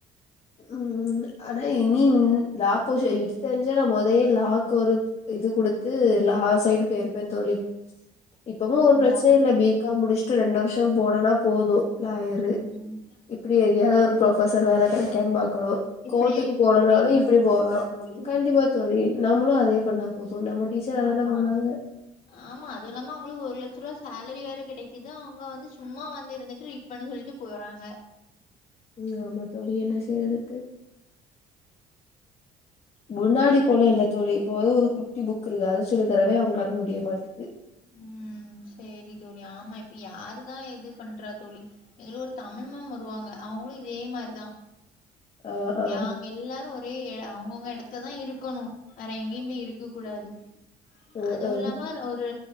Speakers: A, on the left; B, on the left.
A: ம் ஆனா இனி ம் லா பொஷன் தெரிஞ்சா நா மொதயே லாக்கு ஒரு இது குடுத்து லா சைடு பேருப்பே தோழி இப்பவு ஒரு
B: ஓ
A: பிரச்சனயு இல்ல பீ காம் முடிச்சுட்டு ரெண்டு வர்ஷோ போனனா போது லாயரு
B: ம்
A: இப்டி ஏரியால ஒரு புரொஃபசர் வேல கெடைக்கான்னு பாக்கணு
B: இப்டி
A: கோர்ட்டுக்கு
B: எழுப்பி
A: போனுனாலு
B: விட்டு ரீட் பண்றதுக்கா
A: இப்டி போலா
B: தோழி
A: கண்டிப்பா தோழி நம்முளு அதே பண்ணா போது நம்ம டீச்சரு
B: ஆமா
A: அதான பண்ணாங்க
B: ஆமா அது இல்லாம அவுங்களுக்கு ஒரு லட்ச ருவா சேலரி வேற கெடைக்குது அவுங்க வந்து சும்மா வந்து இருந்துட்டு பண்ண சொல்லிட்டு போறாங்க
A: ம் ஆமா தோழி என்ன செய்றதுக்கு முன்னாடி போல இல்ல தோழி இப்போ அது ஒரு குட்டி புக்குருக்கு அத வச்சி சொல்லி தரவே அவங்களால முடிய மாட்டுக்கு
B: ம் சேரி தோழி ஆமா இப்ப யாரு தா எது பண்றா தோழி எங்ளு ஒரு தமிழ் மேம் வருவாங்க அவுங்ளு இதே மாரிதா
A: ஆ ஆ
B: யா எல்லாரு ஒரே எ அவுங்கவுங்க எடத்ததா இருக்கணு வேற எங்கியு பே இருக்க கூடாது
A: அ
B: அதுவு
A: ஆ
B: இல்லாம ஒரு